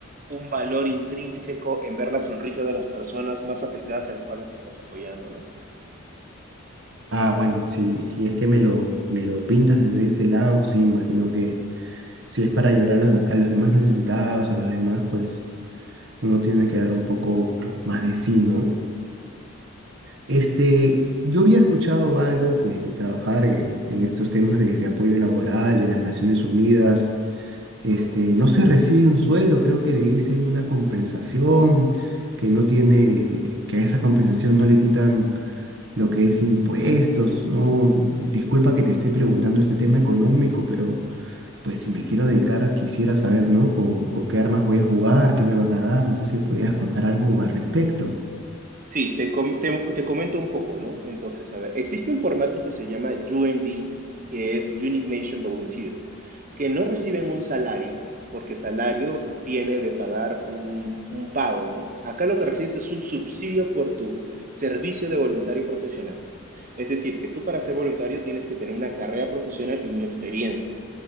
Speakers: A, on the right; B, on the right.
A: un valor intrínseco en ver la sonrisa de las personas más afectadas a las cuales estás apoyando, ¿no?
B: Ah, bueno, si, si es que me lo, me lo pintas desde ese lado, sí, imagino que si es para ayudar a los, a los demás necesitados, a los demás, pues uno tiene que dar un poco más de sí, ¿no? Este, yo había escuchado algo que trabajar en, en estos temas de, de apoyo laboral de las Naciones Unidas Este, no se recibe un sueldo, creo que le dicen una compensación, que no tiene, que a esa compensación no le quitan lo que es impuestos, ¿no? Disculpa que te esté preguntando este tema económico, pero pues si me quiero dedicar, quisiera saber, ¿no? Con, con qué armas voy a jugar, qué me van a dar, no sé si me podrías contar algo al respecto.
A: Sí, te, com- te, te comento un poco, ¿no? Entonces, a ver, existe un formato que se llama UNB, que es Unit Nation Volunteer, que no reciben un salario, porque salario viene de pagar un, un pago, ¿no? Acá lo que recibes es un subsidio por tu servicio de voluntario profesional. Es decir, que tú para ser voluntario tienes que tener una carrera profesional y una experiencia.